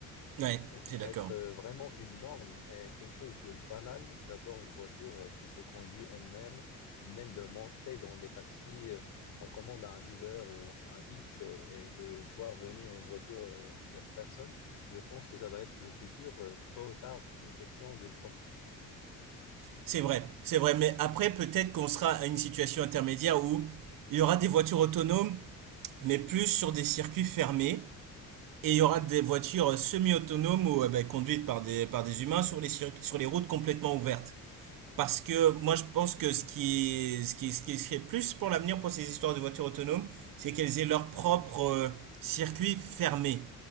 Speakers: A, on the right; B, on the left.
A: Ouais,
B: et ça
A: c'est
B: va
A: d'accord.
B: être euh, vraiment une norme et quelque chose de banal d'avoir une voiture euh, qui se conduit elle-même, même de monter dans des taxis. euh, On commande un Uber ou un Hitch euh, et de voir venir une voiture euh, où il n'y a personne. Je pense que ça va être le futur, euh, tôt ou tard, c'est une question de temps.
A: C'est vrai, c'est vrai, mais après peut-être qu'on sera à une situation intermédiaire où il y aura des voitures autonomes, mais plus sur des circuits fermés, et il y aura des voitures semi-autonomes ou euh, ben, conduites par des, par des humains sur les, cir- sur les routes complètement ouvertes. Parce que moi, je pense que ce qui est, ce qui ce qui serait plus pour l'avenir pour ces histoires de voitures autonomes, c'est qu'elles aient leur propre euh, circuit fermé,